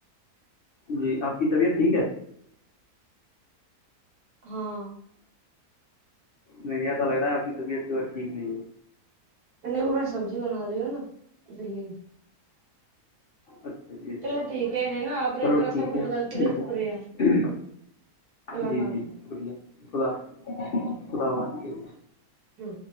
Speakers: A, on the left; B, on the right.
A: جی آپ کی طبیعت ٹھیک ہے
B: ہاں
A: نہیں ایسا لگ رہا ہے آپ کی طبیعت ٹھیک نہیں ہے
B: کنی وہ میں سبزی بنا رہی ہو نا اس لیے
A: اچھا اچ
B: چلو
A: اچ
B: ٹھیک ہے ہے نا آپ نے
A: چلو
B: اتنا
A: ٹھیک
B: سب کچھ
A: ہے
B: بتایا اس کے
A: ٹھیک
B: لیے شکریہ
A: ہے
B: اللام
A: جی
B: علیکم
A: جی شکریہ خدا خداافظ
B: ہوں